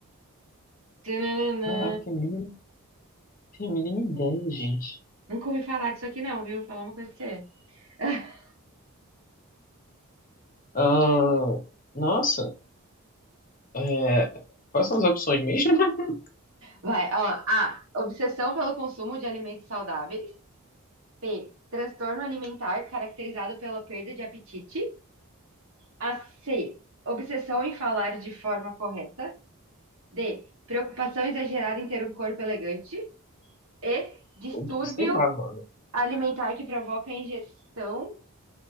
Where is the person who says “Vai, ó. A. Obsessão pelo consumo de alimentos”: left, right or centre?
Right